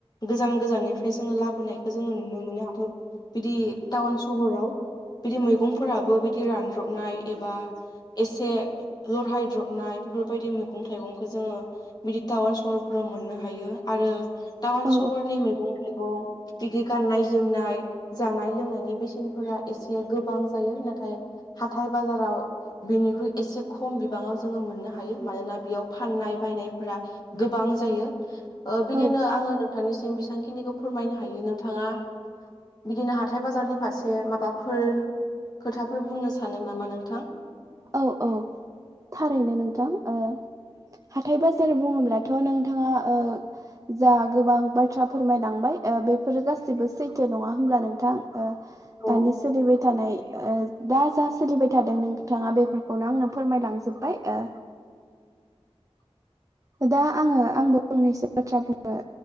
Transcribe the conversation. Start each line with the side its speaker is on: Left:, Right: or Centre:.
Left: गोजान गोजाननिफ्राय जोङो लाबोनायखो जोङो नुनो मोनो हाथ बिदि टाउन सहराव बिदि मैगंफोराबो बिदि रानद्रबनाय एबा एसे लरहायद्रबनाय बेफोरबायदि मैगं थाइगंखौ जोङो बिदि टाउन सहर फोराव मोननो हायो आरो टाउन
Right: औ
Left: सहरनि मैगं-थाइगं। बिदि गाननाय-जोमनाय जानाय लोंनायनि बेसेनफोरा एसे गोबां जायो नाथाय हाथाय-बाजाराव बेनिख्रुइ एसे खम बिबाङाव जोङो मोननो हायो मानोना बेयाव फाननाय बायनायफोरा गोबां जायो ओ बिदिनो
Right: औ
Left: आङो नोंथांनिसिम बेसांखिनिखौ फोरमायनो हायो नोंथाङा। बिदिनो हाथाय बाजारनि फारसे माबाफोर खोथाफोर बुंनो सानो नामा नोंथां।
Right: औ औ थारैनो नोंथां ओ हाथाय बाजार बुङोब्लाथ' नोंथाङा ओ जा गोबां बाथ्रा फोरमायलांबाय ओ बेफोरो गासिबो सैथो नङा होमब्ला नोंथां। ओ
Left: औ
Right: दानि सोलिबाय थानाय ओ दा जा सोलिबाय थादों नों नोंथाङा बेफोरखौनो आंनो फोरमायलांजोबबाय ओ
Left: <inaudible>
Right: दा आङो आंबो फंनैसो बाथ्रा बुङो।